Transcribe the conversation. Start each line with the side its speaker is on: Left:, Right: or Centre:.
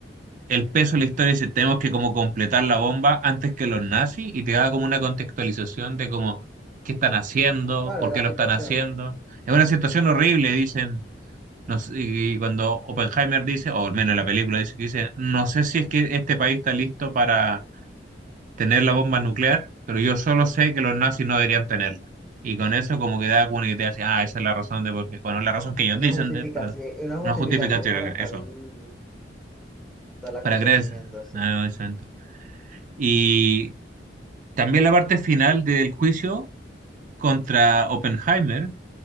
Right: el peso de la historia dice, tenemos que como completar la bomba antes que los nazis y te da como una contextualización de como qué están haciendo,
Centre: Claro,
Right: por
Centre: de la
Right: qué lo
Centre: situación.
Right: están haciendo. Es una situación horrible, dicen, no sé, y cuando Oppenheimer dice, o al menos en la película dice que dice, no sé si es que este país está listo para tener la bomba nuclear, pero yo solo sé que los nazis no deberían tenerla. Y con eso como que da como una idea así, ah, esa es la razón de por qué, bueno, la razón que ellos
Centre: Una
Right: dicen
Centre: justificación,
Right: de, perdón,
Centre: una justificación
Right: una justificación,
Centre: para tal,
Right: eso,
Centre: tal acontecimiento,
Right: para creer.
Centre: así.
Right: Ah, exacto. Y También la parte final del juicio contra Oppenheimer,